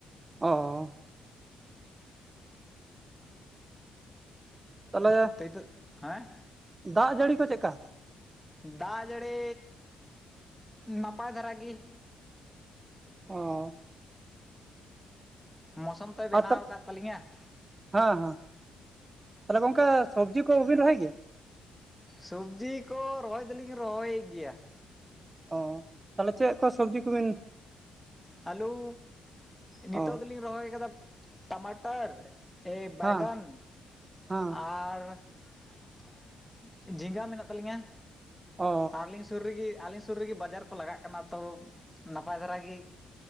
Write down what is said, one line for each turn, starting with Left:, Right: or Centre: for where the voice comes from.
Right: ᱚᱻ᱾ ᱛᱟᱦᱚᱞᱮ
Centre: ᱛᱚ ᱱᱤᱛᱚᱜ ᱦᱮᱸ
Right: ᱫᱟᱜ ᱡᱟᱹᱲᱤ ᱠᱚ ᱪᱮᱫᱠᱟ?
Centre: ᱫᱟᱜ ᱡᱟᱹᱲᱤ ᱱᱟᱯᱟᱭ ᱫᱷᱟᱨᱟ ᱜᱮ ᱾
Right: ᱚᱻ ᱾ <inaudible>
Centre: ᱢᱳᱥᱩᱢ ᱛᱚᱭ ᱵᱮᱱᱟᱣ
Right: ᱟᱨ ᱛᱟ
Centre: ᱟᱠᱟᱫ ᱛᱟᱹᱞᱤᱧᱟ ᱾
Right: ᱦᱮᱸ ᱦᱮᱸ ᱛᱟᱦᱚᱞᱮ ᱜᱚᱝᱠᱮ ᱥᱚᱵᱽᱡᱤ ᱠᱚᱵᱤᱱ ᱨᱚᱦᱚᱭ ᱜᱮᱭᱟ?
Centre: ᱥᱚᱵᱡᱤ ᱠᱚ ᱨᱚᱦᱚᱭ ᱫᱚᱞᱤᱧ ᱨᱚᱦᱚᱭᱮᱫ ᱜᱮᱭᱟ ᱾
Right: ᱚᱻ ᱛᱟᱦᱚᱞᱮ ᱪᱮᱫ ᱠᱚ ᱥᱚᱵᱽᱡᱤ ᱠᱚᱵᱤᱱ ᱾
Centre: ᱟᱞᱩ ᱱᱤᱛᱚᱜ
Right: ᱚ
Centre: ᱫᱚᱞᱤᱧ ᱨᱚᱦᱚᱭ ᱟᱠᱟᱫᱟ ᱴᱟᱢᱟᱴᱟᱨ ᱾ ᱮ ᱵᱟᱜᱟᱱ
Right: ᱦᱮᱸ ᱦᱮᱸ
Centre: ᱟᱨ ᱾ ᱡᱷᱤᱸᱜᱟᱹ ᱢᱮᱱᱟᱜ ᱛᱟᱹᱞᱤᱧᱟ
Right: ᱚ
Centre: ᱟᱨᱞᱤᱧ ᱾ ᱥᱩᱨ ᱨᱮ ᱜᱮ ᱟᱞᱮ ᱥᱩᱨ ᱨᱮ ᱜᱮ ᱵᱟᱡᱟᱨ ᱠᱚ ᱞᱟᱜᱟᱜ ᱠᱟᱱᱟ ᱛᱚ ᱱᱟᱯᱟᱭ ᱫᱷᱟᱨᱟ ᱜᱮ